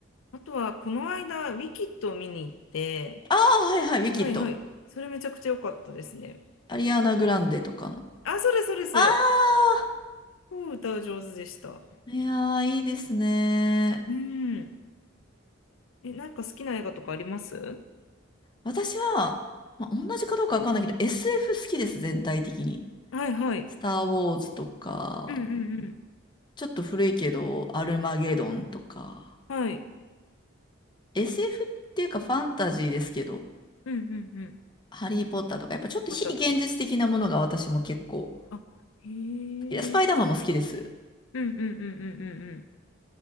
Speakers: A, on the left (about 75°); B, on the left (about 25°).
A: あとは、この間、ウィキッドを見に行って、
B: ああー、はいはい、ウィキッド。
A: はいはい。それめちゃくちゃ良かったですね。
B: アリアナ・グランデとかの。
A: あ、それそれです。
B: ああ、
A: うん歌う上手でした。
B: いやー、いいですね。
A: うん。え、なんか好きな映画とかあります
B: 私は、まあ、同じかどうかわかんないけど、SF 好きです、全体的に。
A: はいはい。
B: スター・ウォーズとか、
A: うんうんうん。
B: ちょっと古いけど、アルマゲドンとか、
A: はい。
B: SF っていうかファンタジーですけど、
A: うんうんうん。
B: ハリー・ポッターとか、やっぱちょっと非現実的なものが私も結構
A: 撮ったとか。あ、へ
B: いやスパイダーマンも好きです。
A: え。うんうんうんうんうんうん。